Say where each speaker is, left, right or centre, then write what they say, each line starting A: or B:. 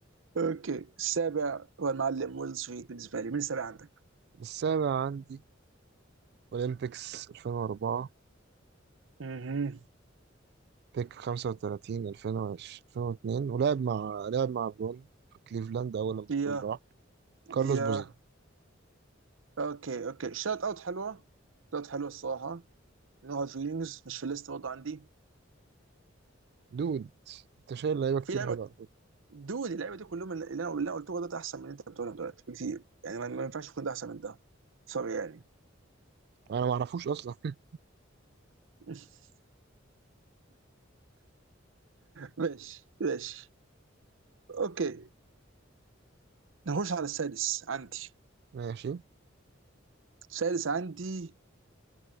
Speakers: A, on the right (about 80°); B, on the right (about 55°).
A: اوكي السابع هو المعلم ويل سويت بالنسبه لي من السابع عندك؟
B: السابع عندي أولمبيكس 2004
A: اها
B: بيك 35 2020 2002 ولعب مع لعب مع برون في كليفلاند أول لما
A: يا
B: برون راح كارلوس
A: يا
B: بوزين
A: اوكي اوكي شوت اوت حلوه شوت اوت حلوه الصراحه نو هارد فيلينجز مش في الليست برضه عندي
B: دود أنت شايل لعيبة كتير
A: في لعبه
B: حلوة على فكرة.
A: دود اللعبه دي كلهم اللي انا اللي أنا قلته ده احسن من اللي انت بتقولهم دلوقتي بكتير يعني ما ما ينفعش يكون ده احسن من ده سوري يعني
B: أنا ما أعرفوش أصلا <laughs>
A: <laughs> ماشي ماشي اوكي نخش على السادس عندي
B: ماشي
A: السادس عندي